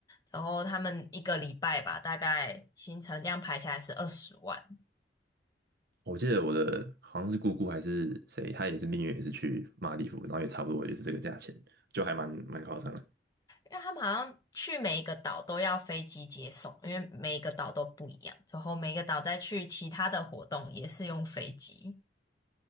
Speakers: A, on the left; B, on the right.
A: 然后他们一个礼拜吧，大概行程这样排下来是二十万，
B: <laughs> 我记得我的好像是姑姑还是谁，她也是蜜月，也是去马尔地夫，然后也差不多也是这个价钱，就还蛮蛮夸张的。
A: 因为他们好像去每一个岛都要飞机接送，因为每一个岛都不一样，之后每一个岛再去其他的活动也是用飞机。